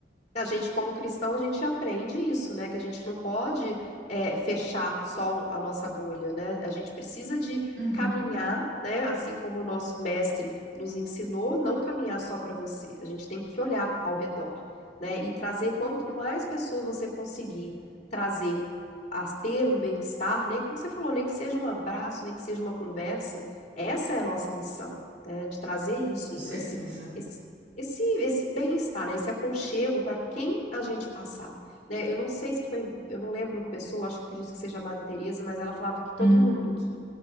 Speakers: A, on the left; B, on the right.
A: A gente, como cristão, a gente aprende isso, né? Que a gente não pode é, fechar só a nossa bolha, né? A gente precisa de
B: Uhum,
A: caminhar, né? Assim como o nosso mestre nos ensinou, não caminhar só para você. A gente tem que olhar ao redor, né? E trazer quanto mais pessoas você conseguir trazer a ter um bem-estar, nem como você falou, nem que seja um abraço, nem que seja uma conversa. Essa é a nossa missão, né? De trazer isso,
B: com certeza.
A: esse, esse esse, esse bem-estar, né? Esse aconchego para quem a gente passar, né? Eu não sei se foi, eu não lembro a pessoa, acho que acredito que seja a Madre Teresa, mas ela falava que todo
B: Uhum,
A: mundo que,